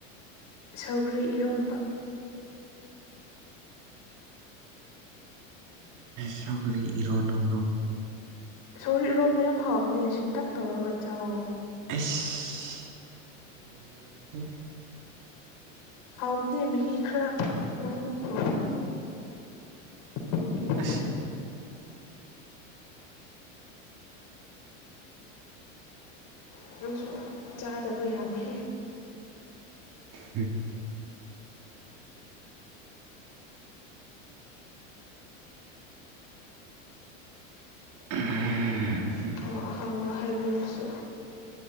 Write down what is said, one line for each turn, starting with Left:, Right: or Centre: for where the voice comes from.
Left: ꯁꯧꯒ꯭ꯔꯤ ꯏꯔꯣꯝꯕ
Right: ꯁꯒꯔꯤ ꯏꯔꯣꯟ ꯅꯕ꯭ꯔꯣꯣ
Left: ꯁꯧꯔꯤꯔꯣꯝꯕ ꯌꯥꯝ ꯍꯥꯎꯕꯅꯦ ꯁꯤꯟꯇꯛ ꯇꯧꯔꯒ ꯆꯥꯛꯑꯣꯣ
Right: ꯂꯣꯏꯔꯤꯦ
Left: ꯍꯥꯎꯕꯗꯤ ꯃꯍꯤ ꯈꯔ ꯂꯥꯡꯂꯛꯄ ꯏꯣꯕꯨ ꯊ
Right: ꯑꯁ
Left: ꯑꯗꯨꯪꯁꯨ ꯆꯥꯗꯕ ꯌꯥꯝꯃꯤ
Right: ꯎꯝ ꯎꯝ
Left: ꯑꯍꯥꯎ ꯑꯍꯥꯎꯕ ꯍꯥꯏꯕꯤꯔꯁꯤ